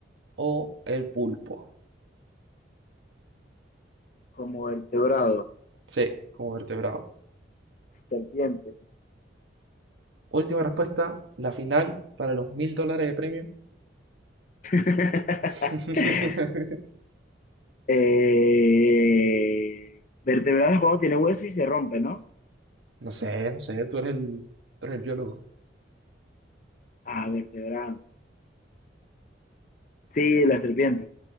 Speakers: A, on the right; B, on the left.
A: O el pulpo.
B: Como vertebrado,
A: C, como vertebrado.
B: serpiente.
A: Última respuesta, la final para los mil dólares de premio.
B: <laughs>
A: <laughs>
B: Eh, vertebrados cuando tiene hueso y se rompe, ¿no?
A: No sé, no sé, tú eres el, tú eres el biólogo.
B: Ah, vertebrado. Sí, la serpiente.